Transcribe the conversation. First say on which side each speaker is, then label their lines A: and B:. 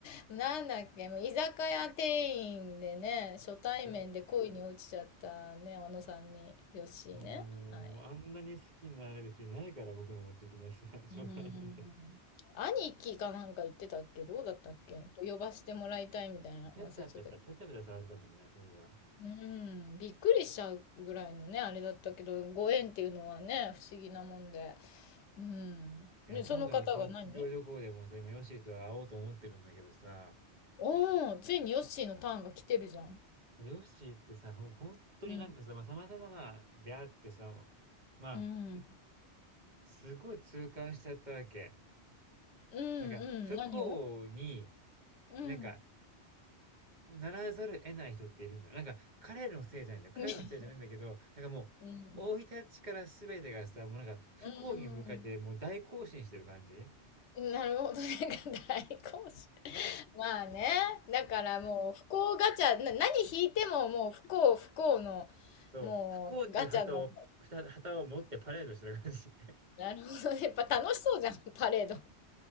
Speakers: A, on the left; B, on the right.
A: <laughs> なんだっけ、もう居酒屋店員でね、初対面で恋に落ちちゃったね、
B: そう。
A: あのさんに、よしね。
B: そうなのよ。
A: はい。
B: もうあんなに好きになれる人いないから、僕のこといきなりさ、<laughs> 初対面で。
A: うん。兄貴かなんか言ってたっけどうだったっけ呼ばしてもらいたいみたいな、
B: ペタペタ、
A: 忘れちゃったけど。
B: ペタペタ触ってたもんね、そういえば。
A: うん、びっくりしちゃうぐらいのね、あれだったけど、ご縁っていうのはね、不思議なもんで。うん。
B: いや、
A: で、
B: 今度の東京旅行でもさ、
A: その方が何
B: 今、ヨッシーと会おうと思ってるんだけどさ、
A: おーついにヨッシーのターンが来てるじゃん。
B: ヨッシーってさ、ほ本当になんかさ、
A: うん。
B: まあ、たまたままあ出会ってさ、まあ、
A: うん。
B: すごい痛感しちゃったわけ。
A: うん、うん。
B: なんか、不幸に、
A: 何をうん。
B: なんか、ならざるを得ない人っているんだよ。なんか、彼のせいじゃないんだよ。彼のせいじゃないんだけど、
A: う
B: なんかもう、
A: ん。
B: 生い立ちから全てがさ、もうなんか、不幸に向かってもう大行進してる感じ
A: うん。なるほどね。<laughs> 大好評。まあね。だからもう不幸ガチャ、な、何引いてももう不幸不幸の、
B: そう、
A: もうガチャの、
B: 不幸っていう旗を、旗旗を持ってパレードしてる感じ。
A: なるほどね。やっぱ楽しそうじゃん、パレード。